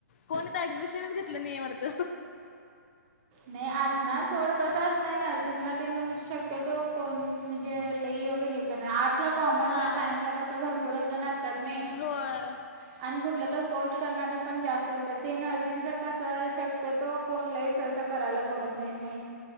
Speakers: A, on the left (about 45°); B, on the right (about 30°).
A: कोणी इथं ऍडमिशनच घेतलं नाही वाटत
B: नाही असणार सोडं, कसं असतं नर्सिंगला तेण शक्यतो कोण म्हणजे लई एवढं हे नाही. आर्टसला, कॉमर्सला,
A: हा
B: सायन्सला कसं भरपूर जण असतात नाही.
A: होय
B: आणि कुठलं तर कोर्स करणारी पण जास्त असतात. ते नर्सिंगच कसं शक्यतो, कोण लई सहसा करायला बगत नाहीत नाही.